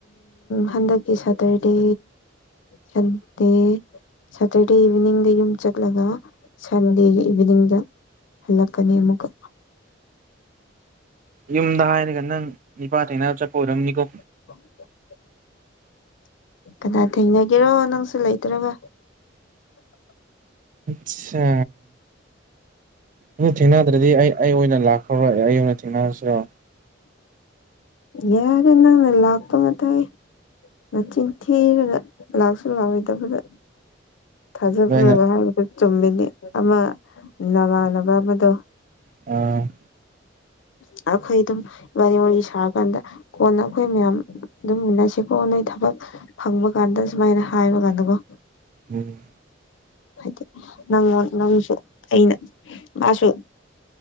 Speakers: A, on the left; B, on the right.
A: ꯍꯟꯗꯛꯀꯤ ꯁꯥꯇꯔꯗꯦ ꯁꯟꯗꯦ ꯁꯇꯔꯗꯦ ꯏꯚꯤꯅꯤꯡꯗ ꯌꯨꯝ ꯆꯠꯂꯒ ꯁꯟꯗꯦꯒꯤ ꯏꯚꯤꯅꯤꯡꯗ ꯍꯜꯂꯛꯀꯅꯤ ꯑꯃꯨꯛꯀ
B: ꯌꯨꯝꯗ ꯍꯥꯏꯔꯒ ꯅꯪ ꯅꯤꯄꯥ ꯊꯦꯡꯅꯕ ꯆꯠꯄ ꯑꯣꯏꯔꯝꯅꯤꯀꯣ
A: <unintelligible> ꯀꯅꯥ ꯊꯦꯡꯅꯒꯦꯔꯣ ꯅꯪꯁꯨ ꯂꯩꯇ꯭ꯔꯒ
B: ꯑꯠꯁꯥ ꯑꯗꯨ ꯊꯦꯡꯅꯗ꯭ꯔꯗꯤ ꯑꯩ ꯑꯩ ꯑꯣꯏꯅ ꯂꯥꯛꯈ꯭ꯔꯔꯣꯏ ꯑꯩ ꯑꯣꯏꯅ ꯊꯦꯡꯅꯔꯁꯤꯔꯣ
A: ꯌꯥꯔꯦ ꯅꯂꯥꯛꯇꯣ ꯃ ꯇꯥꯏ ꯅꯆꯤꯟꯊꯤꯔꯒ ꯂꯥꯛꯁꯨ ꯂꯥꯛꯑꯣꯗꯕꯗ ꯊꯥꯖꯕ꯭ꯔꯣꯒ
B: ꯑꯗꯨ ꯑꯩꯅ
A: ꯍꯥꯏꯕꯗꯨ ꯆꯨꯝꯃꯤꯅꯤ ꯑꯃ ꯅꯃꯥꯟꯅꯕ ꯑꯃꯗꯣ
B: ꯑ
A: ꯎꯝ ꯑꯩꯈꯣꯏ ꯑꯗꯨꯝ ꯋꯥꯔꯤ ꯋꯥꯔꯤ ꯁꯥꯔꯀꯥꯟꯗ ꯀꯣꯟꯅ ꯑꯩꯈꯣꯏ ꯃꯌꯥꯝ ꯑꯗꯨꯝ ꯎꯟꯅꯁꯤꯀꯣꯟ ꯅꯣꯏ ꯊꯕꯛ ꯐꯪꯕ ꯀꯥꯟꯗ ꯁꯨꯃꯥꯏꯅ ꯍꯥꯏꯕ ꯀꯥꯟꯗꯀꯣ
B: ꯎꯝ
A: ꯍꯥꯏꯗꯤ ꯅꯪꯉꯣꯟ ꯅꯪꯁꯨ ꯑꯩꯅ ꯃꯥꯁꯨ